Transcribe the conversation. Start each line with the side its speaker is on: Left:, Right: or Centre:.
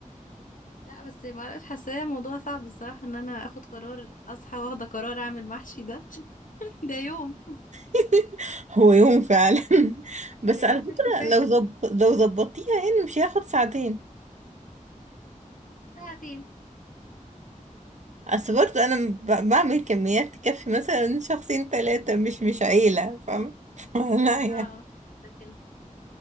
Left: <laughs> لا بس ما اعرفش حاساه موضوع صعب الصراحه ان انا اخد قرار اصحى واخده قرار اعمل محشي ده <laughs> ده يوم
Right: <laughs> هو يوم فعلا <laughs> بس
Left: ده يوم
Right: على فكرة
Left: في احتفال
Right: لو زب... لو ظبطتيها يعني مش هياخد ساعتين
Left: ساعتين
Right: اصل برضه انا ب- بعمل كميات تكفي مثلا شخصين ثلاثة مش مش عيلة فاهمة <laughs> لا يعني
Left: اه لكن